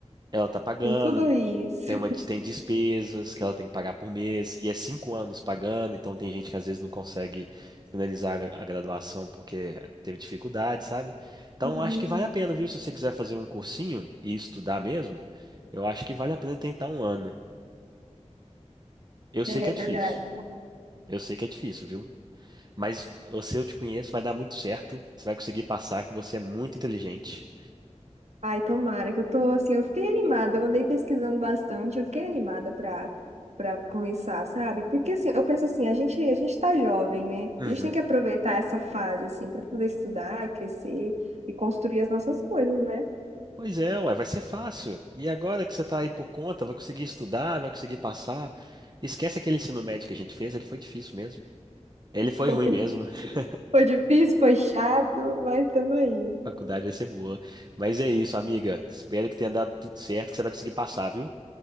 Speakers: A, on the right; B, on the right.
A: Ela tá pagando,
B: Tem tudo isso.
A: tem uma, tem despesas que ela tem que pagar por mês, e é cinco anos pagando, então tem gente que às vezes não consegue finalizar a, a graduação porque teve dificuldade, sabe? Então,
B: Uhum.
A: eu acho que vale a pena, viu? Se você quiser fazer um cursinho e estudar mesmo, eu acho que vale a pena tentar um ano. Eu sei
B: É
A: que
B: é
A: é difícil.
B: verdade.
A: Eu sei que é difícil, viu? Mas eu- se eu te conheço, vai dar muito certo. Você vai conseguir passar que você é muito inteligente.
B: Ai, tomara que eu tô assim, eu fiquei animada, eu andei pesquisando bastante, eu fiquei animada pra, pra começar, sabe? Porque assim, eu penso assim, a gente, a gente tá jovem, né?
A: Uhum.
B: A gente tem que aproveitar essa fase, assim, pra poder estudar, crescer e construir as nossas coisas, né?
A: Pois é, ué, vai ser fácil. E agora que você tá aí por conta, vai conseguir estudar, vai conseguir passar. Esquece aquele ensino médio que a gente fez, ele foi difícil mesmo. Ele foi
B: <laughs> Foi,
A: ruim mesmo. <laughs>
B: foi difícil, foi chato, mas tamo aí.
A: A faculdade vai ser boa. Mas é isso, amiga. Espero que tenha dado tudo certo, que você vai conseguir passar, viu?